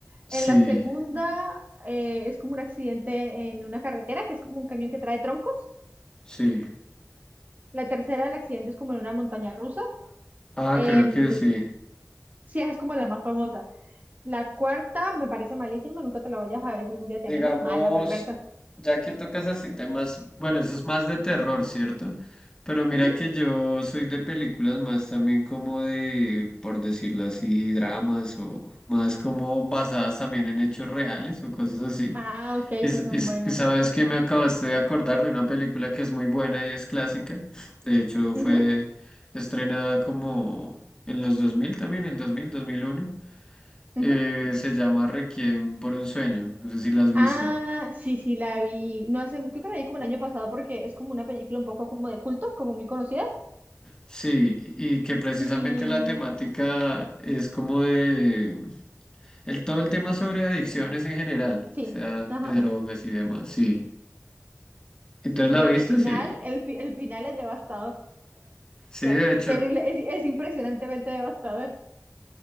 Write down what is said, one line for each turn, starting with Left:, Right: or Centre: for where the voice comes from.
Left: Sí,
Right: En la segunda eh, es como un accidente en una carretera, que es como un camión que trae troncos.
Left: sí.
Right: La tercera, el accidente es como en una montaña rusa.
Left: Ah,
Right: Em,
Left: creo que sí.
Right: sí, esa es como la más famosa. La cuarta me parece malísima, nunca te la vayas a ver si algún día te
Left: Digamos,
Right: animas. Mala, perversa.
Left: ya que tocas así temas, bueno, eso es más de terror, ¿cierto? Pero mira
Right: Ujú.
Left: que yo soy de películas más también como de, por decirlo así, dramas o más como basadas también en hechos reales o cosas así.
Right: Ah, ok, esas
Left: Y, s-
Right: son
Left: y s-
Right: buenas.
Left: y sabes que me acabaste de acordar de una película que es muy buena y es clásica. De hecho,
Right: Ujú,
Left: fue estrenada como en los 2000 también, el 2000, 2001.
Right: ujú.
Left: Eh, se llama Requiem por un sueño. No sé si la has visto.
Right: Ah, sí, sí, la vi. No hace, creo que la vi como el año pasado porque es como una película un poco como de culto, como muy conocida.
Left: Sí, y que precisamente
Right: Y
Left: la temática es como de el todo el tema sobre adicciones en general,
Right: sí,
Left: o sea,
Right: ajá.
Left: de drogas y demás, sí. Entonces
Right: Sí, sí,
Left: la
Right: la vi.
Left: viste,
Right: El final,
Left: sí.
Right: el, fi- el final es devastador.
Left: Sí,
Right: O sea,
Left: de
Right: es
Left: hecho,
Right: terrible, es, es impresionantemente devastador.